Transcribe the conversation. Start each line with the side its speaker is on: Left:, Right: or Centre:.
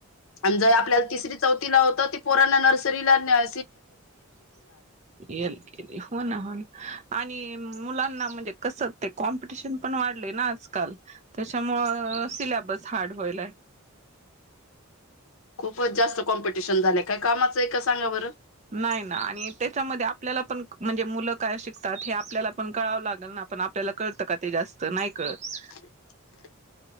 Left: आणि ज आपल्याला तिसरी चौथीला होत ती पोराना नर्सरीला न
Right: येल ग हो ना हो ना आणि मुलांना म्हणजे कस कॉमपिटिशन पण वाढले ना. त्याच्यामुळ सिलेबस हार्ड होईलय.
Left: खूपच जास्त कॉम्पिटिशन झाले काय कामाचं आहे का सांगा बरं.
Right: नाही ना आणि त्याच्यामध्ये आपल्याला पण म्हणजे मुलं काय शिकतात हे आपल्याला पण कळावं लागेल ना. आपण आपल्याला कळतं का ते जास्त नाही कळत.
Left: <unintelligible>